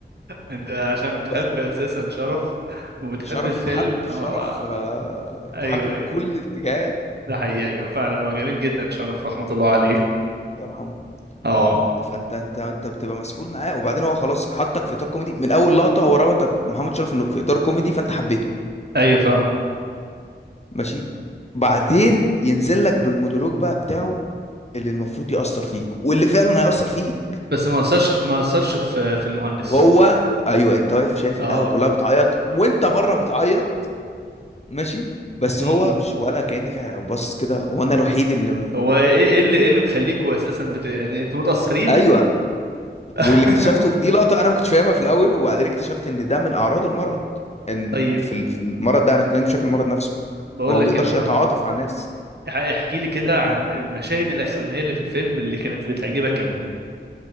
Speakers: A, on the right; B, on the left.
A: انت عشان بتحب
B: وب-
A: اساسا شرف وبتحب
B: شرف
A: الفيلم
B: يتحب
A: اه
B: شرف آه، يتحب
A: ايوه
B: من
A: ايوه
B: كل الاتجاهات
A: ده حقيقي ايوه فعلا هو جميل جدا شرف رحمة الله عليه
B: الله يرحمه
A: اه
B: فانت انت انت بتبقى مسحول معاه وبعدين هو خلاص حطك في اطار كوميدي من اول لقطه هو ربطك بمحمد شرف انه في اطار كوميدي فانت حبيته
A: ايوه فاهمك
B: ماشي بعدين ينزل لك بالمونولوج بقى بتاعه اللي المفروض يأثر فيك واللي فعلا هيأثر فيك
A: بس ما اثرش في ما اثرش في في المهندس
B: وهو ايوه انت واقف شايف
A: اه
B: القهوه كلها بتعيط وانت بره بتعيط ماشي بس
A: امم
B: هو مش ولا كأن في حاجه باصص كده هو انا الوحيد اللي م...
A: هو ايه ايه إيه اللي ايه اللي مخليكوا اساسا بت... يعني انتوا متأثرين
B: ايوه
A: <laughs>
B: واللي اكتشفته دي لقطه انا ما كنتش فاهمها في الاول وبعدين اكتشفت ان ده من اعراض المرض ان
A: طيب
B: في ال- في المرض ده انا بتكلم بشكل المرض نفسه
A: بقول
B: هو
A: لك
B: ما بيقدرش
A: إيه يا محمد
B: يتعاطف مع الناس
A: اح- احكي لي كده عن المشاهد الاخرانيه اللي في الفيلم اللي كانت بتعجبك قوي